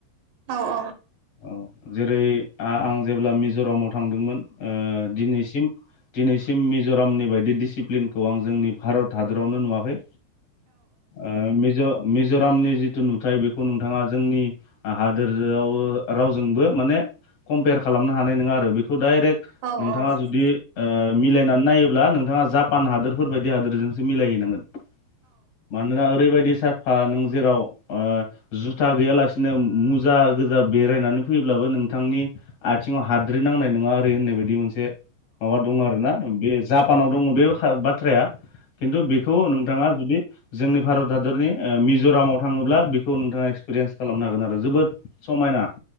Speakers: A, on the right (about 85°); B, on the left (about 55°).
A: औ औ
B: औ जेरै आं जेब्ला मिज'रामाव थांदोंमोन ओ दिनैसिम दिनैसिम मिज'रामनि बायदि डिसिप्लिनखौ आं जोंनि भारत हादरावनो नुवाखै ओ मिज मिज'रामनि जिथु नुथाय बेखौ नोंथाङा जोंनि हादोरआव रावजोंबो माने कम्पेयार खालामनो हानाय नङा आरो बेखौ डाइरेक्ट
A: औ
B: नोंथाङा जुदि ओ मिलायनानै नायोब्ला नोंथाङा जापान हादोरफोर बायदि हादोरजोंसो मिलायहैनांगोन मानोना ओरैबायदि साफा नों जेराव ओ जुथा गैयालासिनो मुजा गोजा बेरायनानै फैब्लाबो नों बिथांनि आथिङाव हाद्रि नांनाय नङा ओरै होननाय बायदि मोनसे माबा दङ आरो ना बे जाब फानाव दङ बे बाथ्राया खिन्थु बेखौ नोंथाङा जुदि जोंनि भारत हादरनि ओ मिज'रामाव थाङोब्ला बेखौ नोंथाङा एक्सपिरियेन्स खालामनो हागोन आरो जोबोद समायना